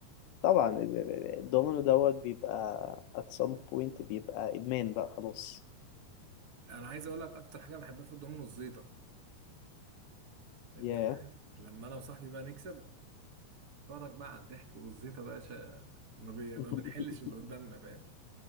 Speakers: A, on the left; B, on the right.
A: طبعا ال- ال- ال- الدومينو دوت بيبقى at some point بيبقى ادمان بقى خلاص
B: انا عايز اقول لك اكتر حاجه بحبها في الضمنه الزيطه انت
A: ياه
B: فاهم لما انا وصاحبي بقى نكسب اتفرج بقى على الضحك والزيطه بقى شا... ما, بي...
A: <laughs>
B: ما بنحلش اللي قدامنا فاهم